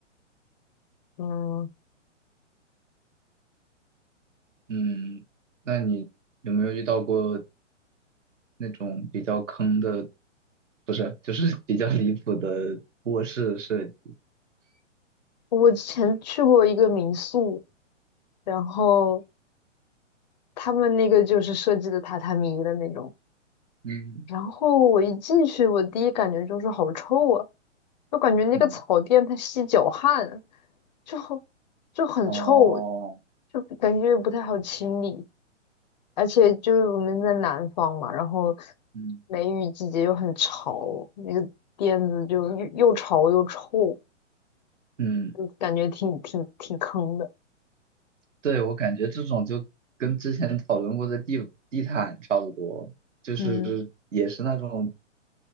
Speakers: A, on the left; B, on the right.
A: 嗯，
B: 嗯，那你有没有遇到过那种比较坑的，不是，就是 <laughs> 比较离谱的卧室设计？
A: 我之前去过一个民宿，然后。他们那个就是设计的榻榻米的那种。
B: 嗯
A: 然后我一进去，我第一感觉就是好臭啊，就感觉那个草垫它吸脚汗，
B: 嗯，
A: 就好就很臭，
B: 哦，
A: 就感觉不太好清理。而且就是我们在南方嘛，然后
B: 嗯
A: 梅雨季节又很潮，那个垫子就又又潮又臭，
B: 嗯，
A: 就感觉挺挺挺坑的。
B: 对，我感觉这种就跟之前讨论过的地地毯差不多，就是也是那种
A: 嗯